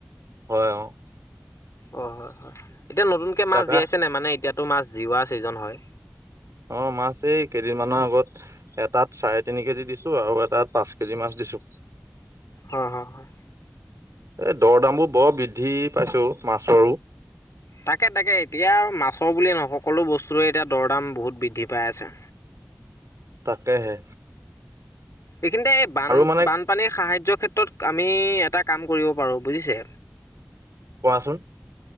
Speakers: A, on the right; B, on the left.
A: হয় অ',
B: অ হয় হয় এতিয়া নতুনকে মাছ
A: তাকা
B: দিয়াইছে নাই মানে এতিয়াতো মাছ জিওৱা ছিজন হয়
A: অ মাছে এই কেইদিনমানৰ আগত এটাত চাৰে তিনি কেজি দিছে আৰু এটা পাঁচ কেজি মাছ দিছো
B: হয় হয় হয়
A: এ দৰ দাম বোৰ বৰ বৃদ্ধি পাইছে অ মাছৰো
B: তাকে তাকে এতিয়া আৰু মাছৰ বুলিয়ে নহয় সকলো বস্তুৰে এতিয়া দৰ দাম বহুত বৃদ্ধি বৃদ্ধি পাই আছে
A: তাকে হে
B: এইখিনিতে এই বান
A: মানে
B: বানপানীৰ সাহায্যৰ ক্ষেত্ৰত আমি এটা কাম কৰিব পাৰো বুজিছে
A: কোৱাচোন